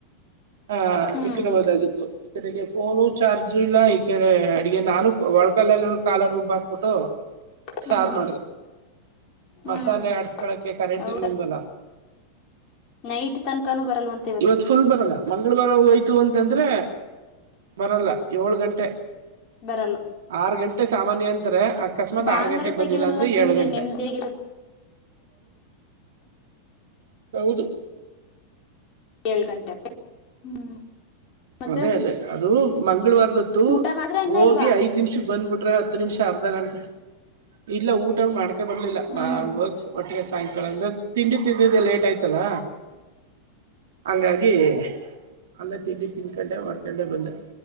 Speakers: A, on the right (about 60°); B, on the left (about 35°).
A: ಹ
B: ಹ್ಮ್
A: ಇಟ್ಕಬಹುದಾಗಿತ್ತು ಈ ಕಡೆಗೆ ಫೋನು ಚಾರ್ಜ್ ಇಲ್ಲ ಈ ಕಡೆ ಅಡಿಗೆ ನಾನು. ಒಳಕಲ್ಲ ಎಲ್ಲೂ ಕಾಲ ರುಬ್ಬ ಹಾಕ್ಬಿಟ್ಟು.
B: ಹ್ಮ್
A: ಸಾರು ಮಾಡ್ದ
B: ಹ್ಮ್
A: ಮಸಾಲೆ ಅಡ್ಸ್ಕಳಕೆ ಕರೆಂಟ್
B: ಹೌದಾ
A: ಇರ್ಲಿಲ್ವಲ್ಲ.
B: ನೈಟ್ ತನಕಾನೂ ಬರಲ್ವಂತೆ ಇವತ್ತು
A: ಇವತ್ ಫುಲ್ ಬರೋಣ ಮಂಗಳವಾರ ಹೊತ್ತ ಹೋಯ್ತು ಅಂತಂದ್ರೆ ಬರಲ್ಲ ಏಳ್ ಗಂಟೆ.
B: ಬರಲ್ಲ.
A: ಆರು ಗಂಟೆ ಸಾಮಾನ್ಯ ಅಂತತ್ರ ಅಕಸ್ಮಾತ್
B: ಭಾನುವಾರ
A: ಆರ್ ಗಂಟೆೆಗೆ
B: ತೆಗಿಯಲ್ವಲ್ಲ
A: ಬಂದಿಲ್ಲ ಅಂದ್ರೆ
B: ಸುಮ್ನಿರಿ
A: ಏಳ್ ಗಂಟೆ.
B: ನೆಮ್ಮದಿಯಾಗಿರ
A: <unintelligible>
B: ಏಳು ಗಂಟೆ ಹ್ಮ್. ಮತ್ತೆ
A: ಅದೇ ಅದೇ ಅದು ಮಂಗಳವಾರದತ್ತು
B: ಊಟ ಮಾಡ್ರ ಇನ್ನ
A: ಹೋಗಿ
B: ಇಲ್ವಾ
A: ಐದ್ ನಿಮಿಷ ಬಂದ್ಬಿಟ್ ಹತ್ತು ನಿಮಿಷ ಅರ್ಧ ಗಂಟೆ ಇಲ್ಲ ಊಟ ಮಾಡ್ಕೆ ಬರ್ಲಿಲ್ಲ
B: ಹ್ಮ್
A: ಒಟ್ಟಿಗೆ. ಸಾಯಂಕಾಲ ಅಂದ್ರೆ ತಿಂಡಿ ತಿದ್ದಿದ್ದ ಲೇಟ್ ಆಯ್ತಲ್ಲ. ಹಂಗಾಗಿ ಅಲ್ಲೇ ತಿಂಡಿ ತಿನ್ಕೊಂಡೆ ಹೊಡ್ಕೊಂಡೆ ಬಂದೆ.